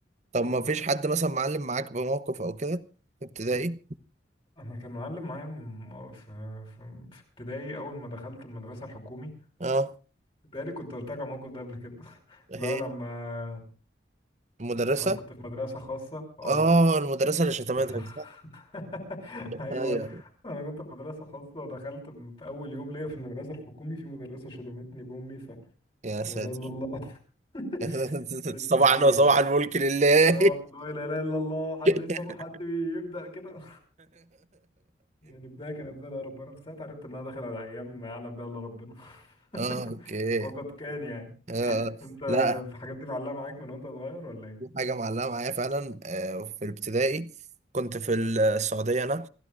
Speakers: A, on the right; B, on the left.
A: طب ما فيش حد مثلا معلم معاك بموقف او كده في ابتدائي
B: <laughs> أنا كان معلم معايا من- في في في ابتدائي أول ما دخلت المدرسة الحكومي
A: اه
B: بتهيألي كنت قلت لك على الموقف ده قبل كده <laughs> لا
A: هي
B: لما
A: المدرسة
B: أنا كنت في مدرسة خاصة اه
A: اه المدرسة اللي شتمتك
B: <laughs>
A: صح ايوه
B: ايوه
A: أيوة.
B: انا كنت في مدرسه خاصه ودخلت في اول يوم ليا في المدرسه الحكومي في مدرسه شتمتني بامي ف لا
A: يا ساتر
B: اله الا الله <laughs>
A: <laughs>
B: الست
A: صباحا
B: دي
A: وصباح الملك لله
B: اه لا اله الا الله حد
A: <laughs>
B: يصاب حد يبدا كده <laughs> يعني بدايه كانت زي القرف انا ساعتها عرفت ان انا داخل على ايام ما يعلم بها الا ربنا
A: اه
B: <laughs>
A: اوكي
B: وقد كان يعني
A: آه.
B: انت
A: لا
B: في الحاجات دي معلقه معاك من وانت صغير ولا ايه؟
A: في حاجة معلقة معايا فعلا آه، في الابتدائي كنت في السعودية أنا